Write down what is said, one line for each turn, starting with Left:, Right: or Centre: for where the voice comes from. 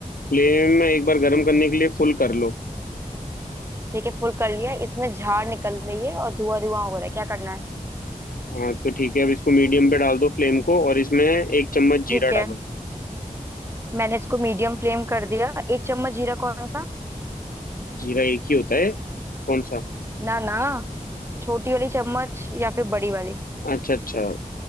Left: फ्लेम एक बार गर्म करने के लिए फुल कर लो
Right: ठीक है फुल कर लिया इसमें झाड़ निकल रही है और धुआं धुआं हो रहा है क्या करना है
Left: हाँ तो ठीक है अब इसको मीडियम पे डाल दो फ्लेम को और इसमें एक चम्मच
Right: ठीक
Left: जीरा
Right: है
Left: डालो
Right: मैंने इसको मीडियम फ्लेम कर दिया एक चम्मच जीरा कौन सा
Left: जीरा एक ही होता है कौन सा
Right: ना ना छोटी वाली चम्मच या फिर बड़ी वाली
Left: अच्छा अच्छा